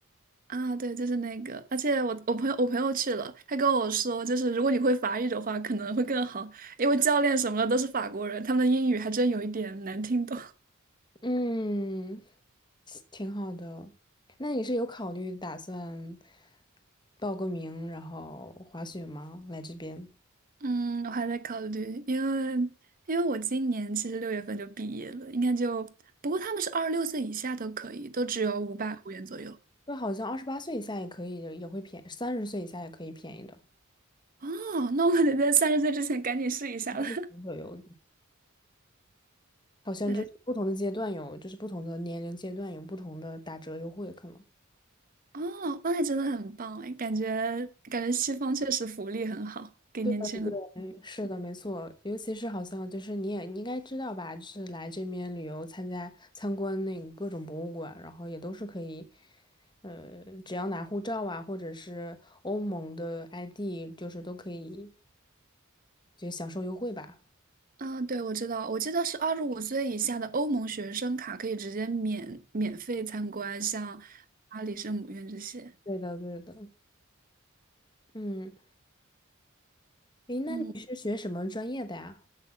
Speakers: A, on the right (about 40°); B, on the left (about 20°).
A: 啊，对，就是那个，而且我我朋友我朋友去了，他跟我说，就是如果你会法语的话，可能会更好，因为教练什么的都是法国人，他们的英语还真有一点难听懂。
B: 嗯，挺好的。那你是有考虑打算报个名，然后滑雪吗？来这边，
A: <laughs> 嗯，我还在考虑，因为因为我今年其实六月份就毕业了，应该就，不过他们是二十六岁以下都可以，都只有五百欧元左右。
B: 这好像二十八岁以下也可以，也会便宜，三十岁以下也可以便宜的。
A: 哦，那我得在三十岁之前赶紧试一下了。
B: 它是不会有，
A: <laughs>
B: 好像就是不同的阶段有，
A: 对，
B: 就是不同的年龄阶段有不同的打折优惠可能。
A: 哦，那还真的很棒哎，感觉感觉西方确实福利很好，给年轻人。
B: 对。嗯，是的，没错，尤其是好像就是你也你应该知道吧，就是来这边旅游参加参观那个各种博物馆，然后也都是可以，呃，只要拿护照啊，或者是欧盟的 ID，就是都可以就享受优惠吧。
A: 嗯，对，我知道，我记得是二十五岁以下的欧盟学生卡可以直接免免费参观，像巴黎圣母院这些。
B: 对的，对的。嗯，诶，那你是学什么专业的呀？
A: 嗯，